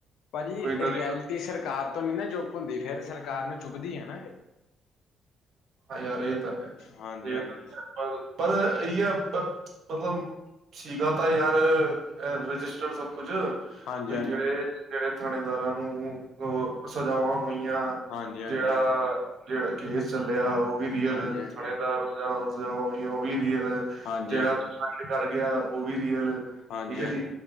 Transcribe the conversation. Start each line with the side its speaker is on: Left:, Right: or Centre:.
Left: ਭਾਜੀ
Right: ਕੋਈ ਇਹਨਾਂ
Left: ਰਿਐਲਿਟੀ
Right: ਦੀ
Left: ਸਰਕਾਰ ਤੋਂ ਨੀ ਨਾ ਚੁੱਪ ਹੁੰਦੀ, ਫੇਰ ਸਰਕਾਰ ਨੂੰ ਚੁੱਭਦੀ, ਆ ਨਾ ਇਹ
Right: ਹਾਂ ਯਾਰ ਇਹ ਤਾਂ ਹੈ,
Left: ਹਾਂਜੀ
Right: ਇਹ
Left: ਹਾਂਜੀ
Right: ਤਾਂ ਯ ਪਰ -ਪਰ ਇਹ ਇ ਹੈ ਮਤਲਬ ਸੀਗਾ ਤਾਂ ਯਾਰ, ਰਜਿਸਟਰਡ ਸਭ ਕੁਝ ਬਈ
Left: ਹਾਂਜੀ
Right: ਜਿਹੜੇ -ਜਿਹੜੇ ਥਾਣੇਦਾਰਾਂ ਨੂੰ ਅ ਸਜਾਵਾਂ ਹੋਈਆਂ,
Left: ਹਾਂਜੀ ਹਾਂਜੀ
Right: ਜਿਹੜਾ
Left: ਹਾਂਜੀ
Right: ਜਿਹੜਾ ਕੇਸ ਚੱਲਿਆ, ਉਹ ਵੀ ਰੀਅਲ
Left: ਹਾਂਜੀ
Right: ਥਾਣੇਦਾਰ, ਸਜਾ ਸਜਾਵਾਂ ਹੋਈਆਂ, ਉਹ ਵੀ ਕੀ ਹੋਇਆ
Left: ਹਾਂਜੀ
Right: ਜਿਹੜਾ
Left: ਹਾਂਜੀ
Right: ਸੁਸਾਈਡ ਡਰ ਗਿਆ, ਉਹ ਵੀ ਰੀਅਲ ਠੀਕ
Left: ਹਾਂਜੀ
Right: ਐ ਜੀ,